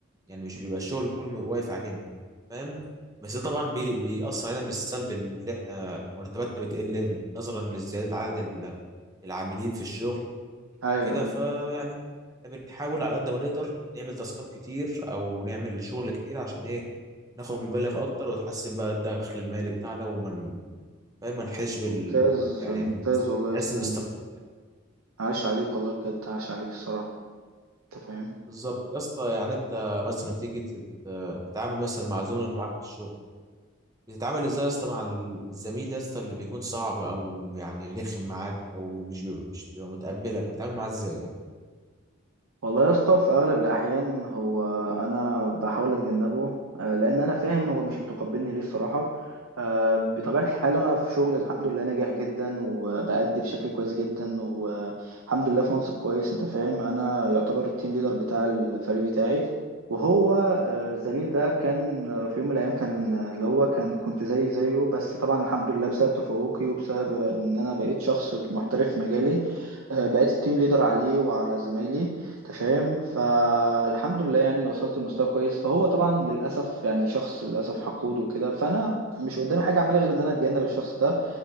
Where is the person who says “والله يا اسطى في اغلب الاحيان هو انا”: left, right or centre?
Right